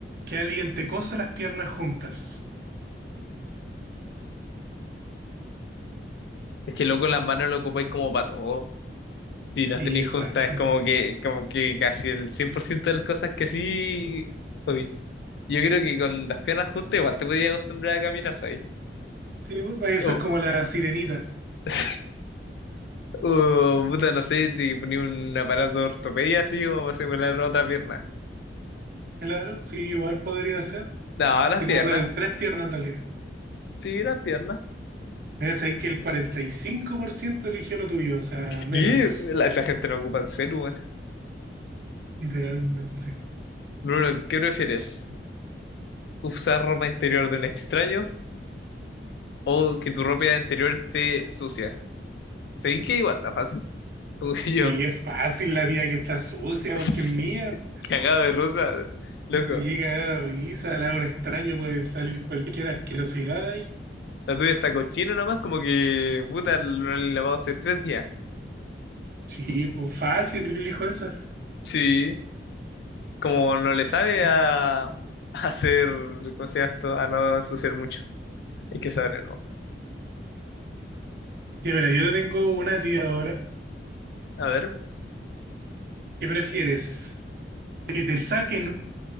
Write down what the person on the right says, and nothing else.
que alguien te cosa las piernas juntas?
Sí,
exacto.
Sí, va a
ser como la sirenita,
claro. Sí, igual podría ser.
Sí,
como tener tres piernas en realidad.
Debes saber que el 45% eligió lo tuyo, o sea, menos,
literalmente.
Sí,
es fácil la mía que está sucia,
porque es mía.
Te llega a dar risa, la hago un extraño, puede salir cualquier asquerosidad de ahí.
Sí, pues fácil, yo elijo esa.
Ya, mira, yo te tengo una tía ahora.
¿Qué prefieres? ¿Que te saquen